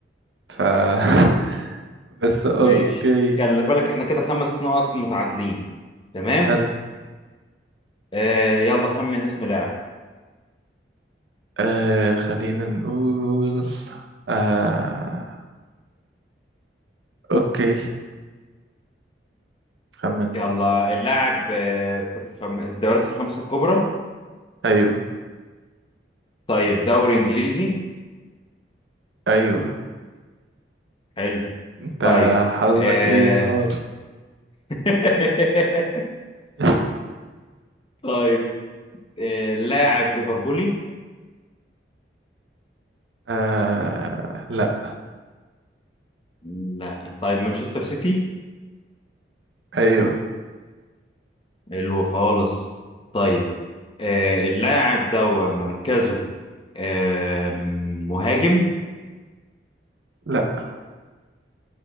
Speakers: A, on the right; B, on the left.
A: ف <laughs> بس آه،
B: ماشي
A: اوكي
B: خلي بالك احنا كده خمس نقط متعادلين تمام
A: حلو
B: آه يلا خمن اسم لاعب
A: آه خلينا نقول آه اوكي خمنت
B: يلا اللاعب آه، في الخم... الدوريات الخمسة الكبرى
A: ايوه
B: طيب دوري إنجليزي
A: ايوه
B: حلو
A: انت
B: طيب
A: حظك
B: آه...
A: ايه نار
B: <laughs>
A: <laughs>
B: طيب آه... لاعب ليفربولي
A: آه لا
B: لا طيب مانشستر سيتي
A: ايوه
B: حلو خالص طيب آه... اللاعب ده مركزه آه... مهاجم
A: لا